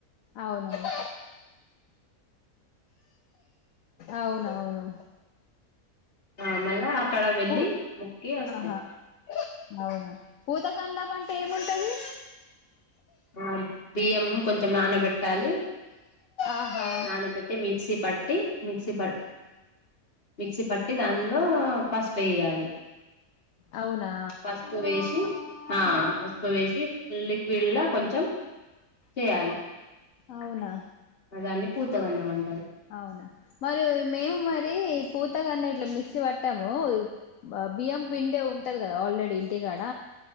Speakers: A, on the left; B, on the left.
A: అవునవును అవునవును
B: ఆ మళ అక్కడ వెళ్ళి
A: పూ
B: ముకి వస్తాం
A: ఆహా అవునా ఊతగంధం అంటే ఏముంటది
B: ఆ బియ్యం కొంచెం న పెట్ పెట్టాలి
A: ఆహా
B: నానబెట్టి మిక్సీ పట్టి మిక్సీ మిక్సీ పట్టి దానిలో పసుపు వేయాలి
A: అవునా
B: పసుపు వేసి ఆ ఉసుప వేశిలిక్విడ్లా కొంచెం చేయాలి
A: అవునా
B: దన్ని పూతగంధంటడి
A: అవునా మరి మేము మరి పూతగాన్నా ఇట్లా మిక్స్ పట్టాము బియ్యం పిండే ఉంటది కదా ఆల్రెడీ ఇంటికాడ